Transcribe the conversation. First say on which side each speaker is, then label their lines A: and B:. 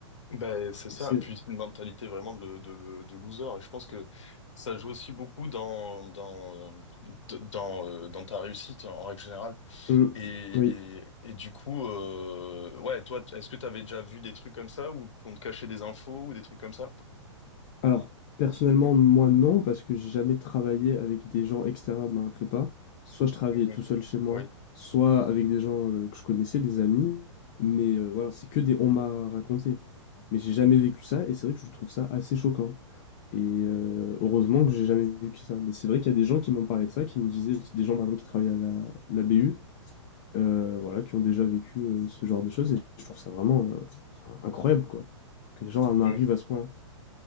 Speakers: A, on the left; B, on the left.
A: Ben, c'est
B: Donc
A: ça,
B: c'est,
A: et puis une mentalité vraiment de, le- de, le- de loser. Et je pense que ça joue aussi beaucoup dans, dans, dans, euh, dans ta réussite en règle générale.
B: Hum,
A: Et,
B: oui.
A: et, et du coup, euh, ouais, toi, t- est-ce que tu avais déjà vu des trucs comme ça ou qu'on te cachait des infos ou des trucs comme ça?
B: Alors personnellement moi non parce que j'ai jamais travaillé avec des gens extérieurs de ma prépa. Soit je travaillais
A: Mhm.
B: tout seul chez moi,
A: Oui.
B: soit avec des gens euh, que je connaissais, des amis. Mais euh, voilà, c'est que des on m'a raconté. Mais j'ai jamais vécu ça et c'est vrai que je trouve ça assez choquant. Et euh, heureusement que j'ai jamais vu que ça. Mais c'est vrai qu'il y a des gens qui m'ont parlé de ça, qui me disaient, des gens par exemple qui travaillent à la, la BU, euh, voilà, qui ont déjà vécu euh, ce genre de choses. Et je trouve ça vraiment euh, enfin, incroyable, quoi. Que les gens en arrivent
A: Mm.
B: à ce point-là.